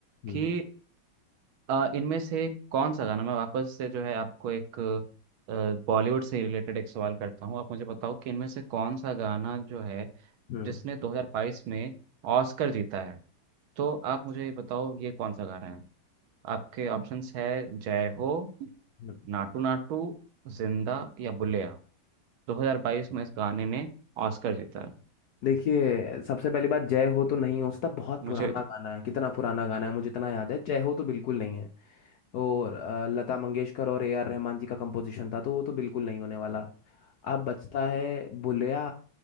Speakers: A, on the left; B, on the right.
A: हम्म
B: कि अ, इनमें से कौन सा गाना मैं वापस से जो है आपको एक बॉलीवुड से रिलेटेड एक सवाल करता हूँ आप मुझे बताओ कि इनमें से कौन सा गाना जो है
A: हम्म,
B: जिसने 2022 में ऑस्कर जीता है तो आप
A: अच्छा,
B: मुझे ये बताओ ये कौन सा गाना है आपके ऑप्शंस है जय हो
A: हम्म।
B: नाटू नाटू जिंदा या बुलेया 2022 में इस गाने ने ऑस्कर जीता है
A: देखिए सबसे पहली बात जय हो तो नहीं हो सकता बहुत
B: मुझे
A: पुराना गाना है कितना पुराना गाना है मुझे इतना याद है जय हो तो बिल्कुल नहीं है और अ, लता मंगेशकर और ए आर रहमान जी का कंपोजिशन था तो वो तो बिल्कुल नहीं होने वाला अब बचता है बुलिया